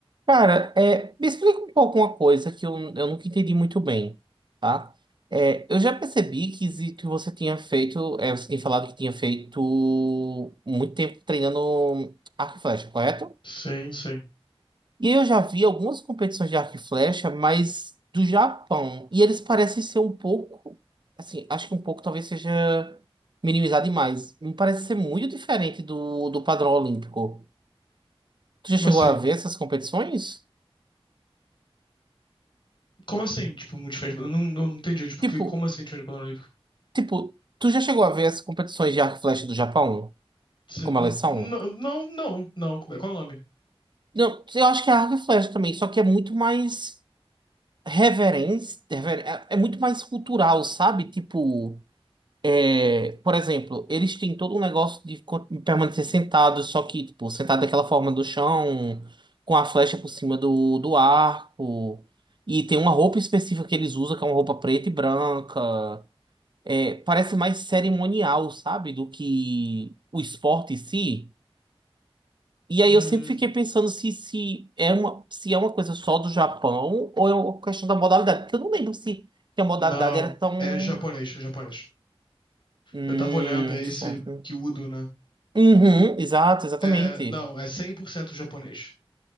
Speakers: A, on the right (about 50°); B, on the left (about 55°).
A: Cara, é, me explica um pouco uma coisa que eu, eu nunca entendi muito bem, tá? É, eu já percebi que exi- que você tinha feito, é, você tinha falado que tinha feito muito tempo treinando arco e flecha, correto?
B: Sim, sim.
A: E eu já vi algumas competições de arco e flecha, mas do Japão. E eles parecem ser um pouco, assim, acho que um pouco talvez seja minimizado demais. Me parece ser muito diferente do, do padrão olímpico. Tu já
B: Como
A: chegou
B: assim?
A: a ver essas competições?
B: Como assim, tipo, muito diferente? Eu não, não entendi, tipo,
A: Tipo
B: que- como assim diferente do padrão olímpico?
A: Tipo, tu já chegou a ver as competições de arco e flecha do Japão?
B: Se-
A: Como
B: n-
A: elas são?
B: n- Não, não, não. Como é- Qual é o nome?
A: Não, eu acho que é arco e flecha também, só que é muito mais reverência, é, é muito mais cultural, sabe? Tipo, é, por exemplo, eles têm todo um negócio de co- permanecer sentados, só que, tipo, sentado daquela forma do chão, com a flecha por cima do, do arco. E tem uma roupa específica que eles usam, que é uma roupa preta e branca. É, parece mais cerimonial, sabe? Do que o esporte em si. E aí
B: Hum,
A: eu sempre fiquei pensando se, se, é uma, se é uma coisa só do Japão ou é uma questão da modalidade. Porque eu não lembro se, se a modalidade
B: não,
A: era tão.
B: é japonês, é japonês.
A: Hum,
B: Eu tava olhando, é esse
A: certo.
B: Kyudo, né?
A: Uhum, exato, exatamente.
B: É, não, é 100% japonês.